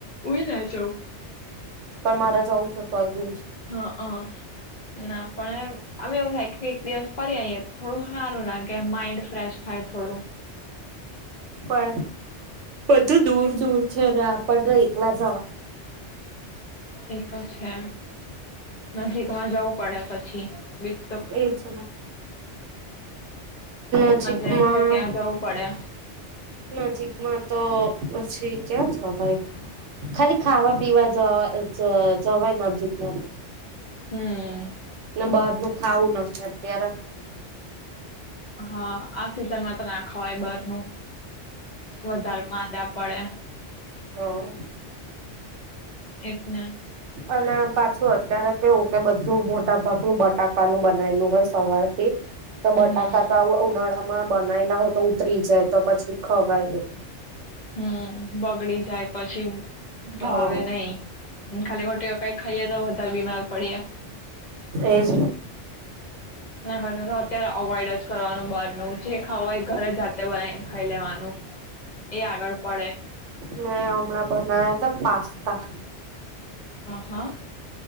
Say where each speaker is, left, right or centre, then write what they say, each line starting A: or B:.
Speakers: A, on the left (about 50°); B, on the right (about 80°).
A: ઉઈ ના જવું
B: પણ મારા જ છો તોય બો
A: હ હ ના પણ અમે એવું થાય કે એક દિવસ ફરી આવીઈએ થોડું સારું લાગે માઈન્ડ ફ્રેશ થાય થોડું
B: પણ બધું દૂર દૂર છે ત્યપણ એકલા જ.
A: એ તો છે. નજીક માં જવું પડે પછી બીજ
B: એ જ નજીકમાં
A: જે છે ત્યાં જવું પડે
B: નજીકમાં તો પછી ક્યા જવાય ખાલી ખાવા પીવા જવા જવાય નજીકમાં
A: હમ
B: બહાર નું ખાવું ન અત્યારે
A: હા, આ સિઝનમાં તો નાખ હવાઈ બાર નું વધારે માદા પડે
B: હા
A: એકના
B: અને પાછું અત્યારે તેવું કે બધું મોટા ભાગનું બટાકાનું બનાયલું હોય સવારથી તો બટાકા
A: હમ
B: ત ઉનાળ તમામાં બનાયલા હોય તો ઉતરી જાય તો પછી ખવાય ગે
A: હમ બગડી જાય પછી
B: હા
A: ભાવે નહી હમાખાલી કઈ ખાઈએ તો વધારે બીમાર પડીએ
B: એજ
A: ના ભજ <unintelligible> કત્યારે અવોઈડ જ કરવાનું બહારનું જે ખાવું એ ઘરે જાતે બનાવીને ખાઈ લેવાનું એ આગળ પડે
B: મે હમણા બનાયા હતા પાસ્તા
A: હ હા